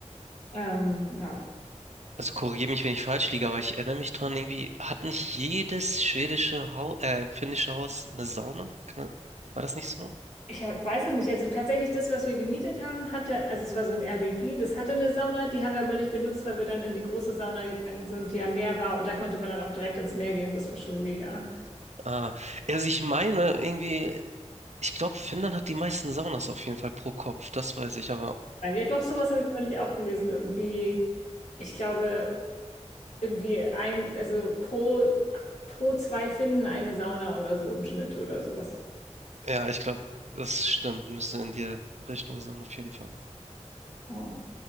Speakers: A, on the left; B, on the right.
A: Ähm, ja.
B: Also korrigiere mich, wenn ich falsch liege, aber ich erinnere mich dran, irgendwie hat nicht jedes schwedische Haus, äh, finnische Haus eine Sauna? Kann, das- war das nicht so?
A: Ich hab- weiß es nicht. Also tatsächlich das, was wir gemietet haben, hatte, also es war so ein Airbnb, das hatte eine Sauna, die haben wir aber nicht benutzt, weil wir dann in die große Sauna gegangen sind, die am Meer war und da konnte man dann auch direkt ins Meer gehen. Das war schon mega.
B: Ah, also ich meine irgendwie, ich glaube, Finnland hat die meisten Saunas auf jeden Fall pro Kopf, das weiß ich, aber
A: Nein, Ja, doch, sowas habe ich neulich auch gelesen. Irgendwie, ich glaube, irgendwie ein, also pro, pro zwei Finnen eine Sauna oder so im Schnitt oder sowas.
B: Ja, ich glaube, das stimmt. Müsste in die Richtung sein, auf jeden Fall.
A: Ja.